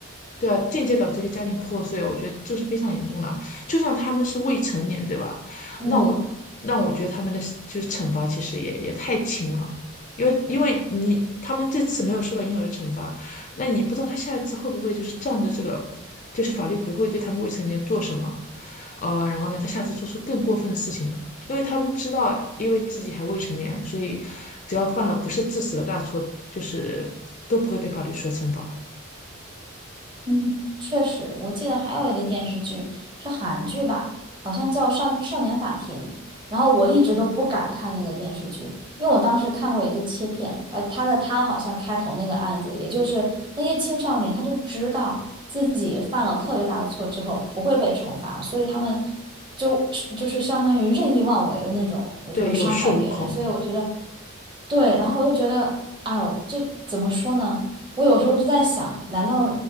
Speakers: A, on the left; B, on the right.
A: 对啊，间接导致一个家庭破碎，我觉得这是非常严重的啊。就算他们是未成年，对吧？
B: 嗯。
A: 那我那我觉得他们的就是惩罚其实也也太轻了，因为因为你他们这次没有受到应有的惩罚，那你不知道他下一次会不会就是仗着这个，就是法律不会对他们未成年做什么，呃，然后呢，他下次做出更过分的事情呢？因为他们知道，因为自己还未成年，所以只要犯了不是致死的大错，就是都不会被法律所惩罚。
B: 嗯，确实，我记得还有一个电视剧是韩剧吧，好像叫《少少年法庭》。然后我一直都不敢看那个电视剧，因为我当时看过一个切片，他他的他好像开头那个案子，也就是那些青少年，他就知道自己犯了特别大的错之后不会被惩罚，所以他们就就是相当于任意妄为的那种，就是伤害别人。
A: 对，有恃无恐。
B: 所以我觉得。对，然后我就觉得，哎呦，这怎么说呢？我有时候就在想，难道